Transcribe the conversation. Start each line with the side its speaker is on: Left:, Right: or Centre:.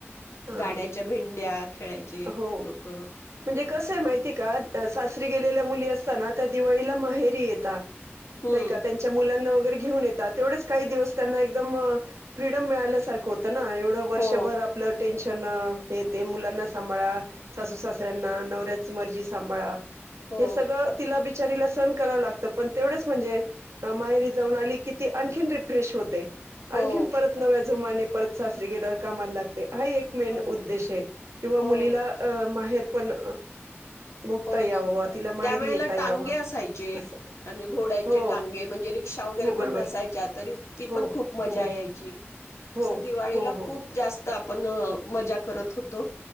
Right: हां.
Left: गाण्याच्या भेंड्या खेळायचे
Right: हो. म्हणजे
Left: लोक ह
Right: कस ये माहिते का सासरी गेलेल्या मुली असताना त्या दिवाळीला माहेरी येता
Left: हम्म
Right: नाय का त्यांच्या मुलांना तर घेऊन येतात तेवढच काही दिवस त्यांना एकदम फ्रीडम मिळाल्यासारखं होत. तर ना एवड वर्षभर
Left: हो
Right: आपल टेंशन त्यांना हे ते मुलांनाच सांभाळा सासू सासऱ्यांना नवऱ्याची मर्जी सांभाळा
Left: हो
Right: हे सगळं तिला वि बिचारीला सण कराव लागत पण तेवढंच म्हणजे माहेरी जाऊन आली की ती आणखीन रिफ्रेश होते.
Left: हो
Right: आणखीन परत नव्या जुमाने परत सासरी गेल्यावर कामाला लागते. हा एक मेन
Left: हो
Right: उद्देश आहे किंवा
Left: हो
Right: मुलीला माहेर पण भोगता
Left: हो
Right: यावं
Left: ना
Right: बा तिला माहेरी
Left: त्यावेळेला
Right: येता
Left: टांगे
Right: यावं
Left: असायचे
Right: असं
Left: आणि घोड्यांचे
Right: हो
Left: टांगे म्हणजे रिक्षा वगैरे
Right: हो बरोबर
Left: पण नसायच्या तरी ती
Right: हो
Left: पण खूप मजा
Right: हो
Left: यायची असं
Right: हो
Left: दिवाळीला
Right: हो हो
Left: खूप जास्त तर आपण मजा करत होतो